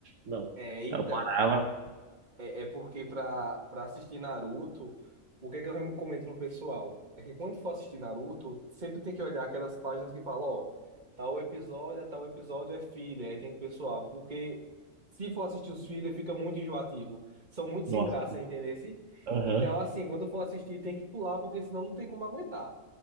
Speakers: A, on the right; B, on the right.
A: não.
B: É, então.
A: Aí Eu parava.
B: É, é porque pra para assistir Naruto, o que é que eu recomendo pro pessoal? É que quando for assistir Naruto, sempre tem que olhar aquelas páginas que falam, ó, tal episódio, a tal episódio é filler, aí tem que pessoal, porque se for assistir os filler, fica muito enjoativo. São muito
A: Nossa.
B: sem graça, entendeu? assim?
A: Aham.
B: Então, assim, quando for assistir, tem que pular, porque senão não tem como aguentar.